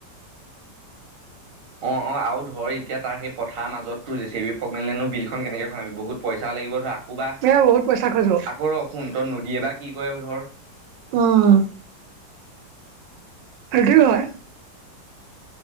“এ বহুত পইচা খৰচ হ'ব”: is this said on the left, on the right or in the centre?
Right